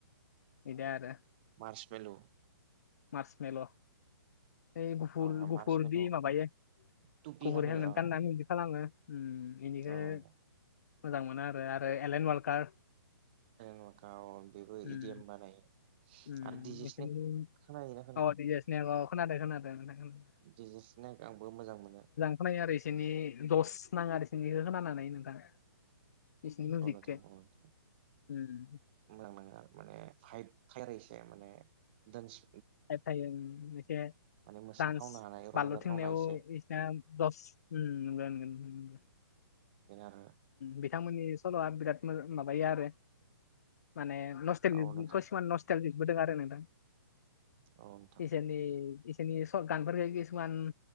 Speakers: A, on the left; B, on the right.
A: बिदा आरो
B: मार्स मेल'
A: मार्स मेल' ओइ गुफुर
B: अ
A: गुफुर
B: मार्स मेल'
A: बि माबायो
B: टुपि
A: गुफुर
B: गानो
A: हेलमेट
B: अ
A: गाननानै बिदि खालामो उम बेनिखाय
B: अ
A: मोजां मोनो आरो आरो एलेन वालकार
B: नखा अ बेबो
A: उम
B: इदिऐम बानायो
A: उम
B: आरो दिजेस्नेक
A: नोंसोरनि
B: खोनायोना खोनाया
A: <unintelligible> खोनादों खोनादों नोंथां खोनादों
B: डजेस्नेक आंबो मोजां मोनो।
A: खौ नायो आरो इसोरनि दस नाङो आरो इसोरनि खोनानानै नोंथां। बिसिनि मिउजिकखौ
B: मावनो थाङो मोजां
A: बेनो
B: नङा माने हाइट थारायसे माने दोनस
A: आ थायो एसे
B: माने मोसाथावनो
A: दान्स
B: हानाय रंजाथावना
A: बारलु थिंनायाव
B: एसे
A: बिसिना दस उम मोनगोनगोन
B: बेनो आरो
A: बिथांमोननि सल'आ बिराद माबायो आरो माने नस्टेल
B: औ नोंथां
A: कसुमान नस्टेल लिदबोदोङो आरो नोंथां
B: औ नोंथां
A: इसोरनि इसोरनि सब गानफोरखौ किसुमान